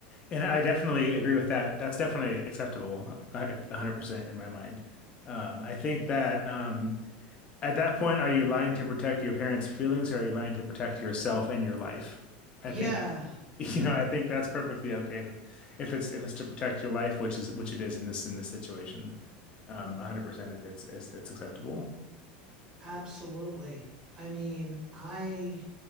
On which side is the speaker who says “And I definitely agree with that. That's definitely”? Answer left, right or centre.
Left